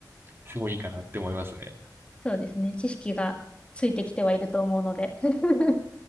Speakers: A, on the right; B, on the left.
A: すごいいいかなって思いますね。
B: そうですね。知識がついてきてはいると思うので。<laughs>